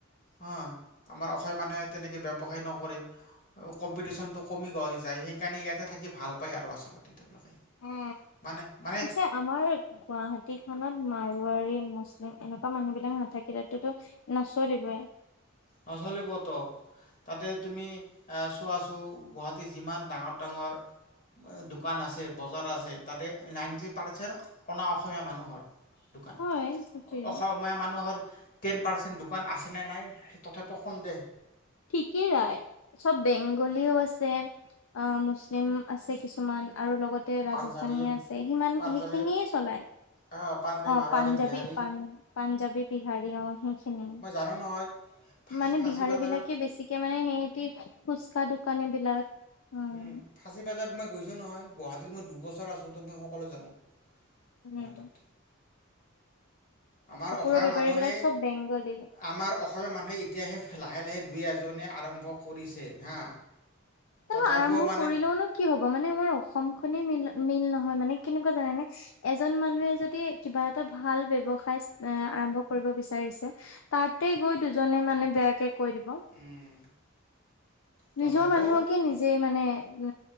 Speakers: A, on the left (about 45°); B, on the left (about 70°).
A: হ আমাৰ অসমীয়া মানুহে তেনেকে ব্যৱসায় নকৰে কম্পিটিশনটো কমি গৈ যায় সেইকাৰণে ইয়াতে থাকি ভাল পায় আৰু আচলতে তেওঁলোকে
B: উ
A: মানে মানে
B: পিছে আমাৰ গুৱাহাটী গ খত মাৰোৱাৰোৱাৰী মুছলিম এনেকুৱা মানুহ বিলাক নাথাকিল তাতোতো নচলিবই
A: নচলিব ত তাতে তুমি চোৱা আছো গুৱাহাটীৰ যিমান ডাঙৰ ডাঙৰ দোকান আছে বজাৰ আছে তাতে নাইনটি পাৰ্চেণ্ট অনা অসমীয়া মানুহৰ দোকান
B: হয়, সেইটোৱে।
A: অসমীয়া মানুহৰ টেন পাৰ্চেন্ট দোকান আছে নে নাই তথাপি সন্দেহ
B: ঠিকেই ৰাই চব বেংগলীও আছে অ মুছলিম আছে কিছুমান আৰু লগতে ৰাজস্থানী
A: পাঞ্জাবী
B: আছে সিমান
A: পাঞ্জাবী
B: সেইখিনিয়ে চলায়
A: আহ, পাঞ্জাবী
B: অ
A: মাৰোৱাৰী
B: পাঞ্জাবী
A: বিহাৰী
B: প পাঞ্জাবী বিহাৰী অ সেইখিনিয়
A: মই জানো নহয় ফাঁচী
B: মানে
A: ফাঁচী
B: বিহাৰী
A: বজাৰত
B: বিলাকে বেছিকে মানে সিহতি ফুচকা দোকানী বিলাক উম
A: উ ফাচী বাজাৰত মই গৈছো নহয় গুৱাহাটীত মই দুবছৰ আছো তো মই সকলো জানো
B: উম
A: গুৱাহাটীত আমাৰ
B: কাপোৰৰ
A: অসমীয়া
B: বেপাৰী
A: মানুহে
B: বিলাক চব বেংগলী
A: আমাৰ অসমীয়া মানুহে এতিয়াহে লাহে লাহে দুই এজনে আৰম্ভ কৰিছে হা তথাপিও
B: ত আৰম্ভ
A: মানে
B: কৰিলেওনো কি হব মানে আমাৰ অসম খনেই মিল মিল নহয়। হয় মানে কেনেকুৱা জানে নে এজন মানুহে যদি কিবা এটা ভাল ব্যৱসায় আৰম্ভ কৰিব বিচাৰিছে তাতে দুজনে মানে বেয়াকে কৈ দিব
A: উম, তথাপিও
B: নিজৰ মানুহক যে মানে উ